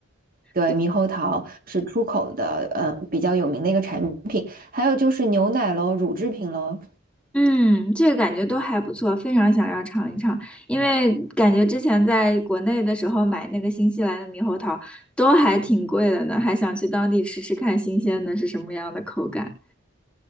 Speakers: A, on the right (about 40°); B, in the centre.
A: 对，
B: 对，
A: 猕猴桃是出口的，呃，比较有名的一个产品。还有就是牛奶喽，乳制品喽。
B: 嗯，这个感觉都还不错，非常想要尝一尝，因为感觉之前在国内的时候买那个新西兰的猕猴桃都还挺贵的呢，还想去当地吃吃看新鲜的是什么样的口感。